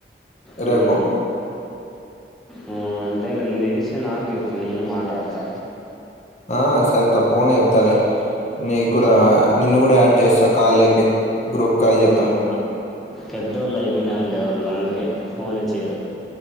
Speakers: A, in the centre; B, on the left.
A: హ్మ్
B: రేపు
A: ఆ అంతేలే నువ్వు చేస్తే నాకు చెప్పు నేను మాట్లాడతా
B: ఆ సరే తప్పుకుండా చేప్తాలే నీకు కూడా
A: ఆ
B: నిన్ను కూడా యాడ్ చేస్తా కాల్ లేకి గ్రూప్ కాల్ చేద్దాం
A: ఆహా పెద్దోళ్ళు అయిపోయినారులే వాళ్ళు అందుకే ఫోనే చేయరు